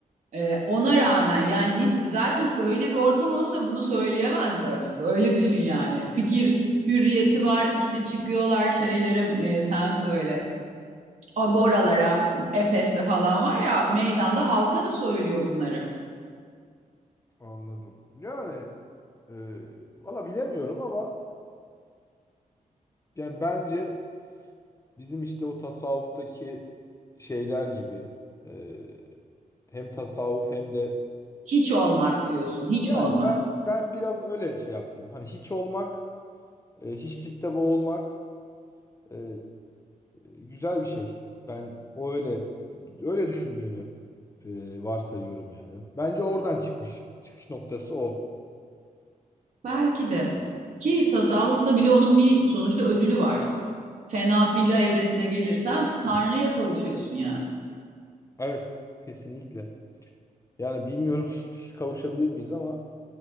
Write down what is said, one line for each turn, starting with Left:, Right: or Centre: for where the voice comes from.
Right: E, ona rağmen yani nis- zaten öyle bir ortam olsa bunu söyleyemezdi Aristo. Öyle düşün yani. Fikir hürriyeti var işte çıkıyorlar şeylerim e, sen söyle agoralara, Efes'te falan var ya meydanda halka da söylüyor bunları.
Left: Anladım. Yani Ee, valla bilemiyorum ama yani bence bizim işte o tasavvuftaki şeyler gibi e, hem tasavvuf hem de
Right: Hiç olmak diyorsun, hiç
Left: yani
Right: olmak.
Left: ben ben biraz öyle şey yaptım. Hani hiç olmak, e, hiçlikte boğulmak e, güzel bir şey. Ben o öyle öyle düşündüğünü e, varsayıyorum yani. Bence oradan çıkmış. Çıkış noktası o.
Right: Belki de. Ki tasavvufta bile onun bir sonuçta ödülü var. Fena filla evresine gelirsen Tanrı'ya kavuşuyorsun yani.
Left: Evet, kesinlikle. Yani bilmiyorum <laughs> biz kavuşabilir miyiz ama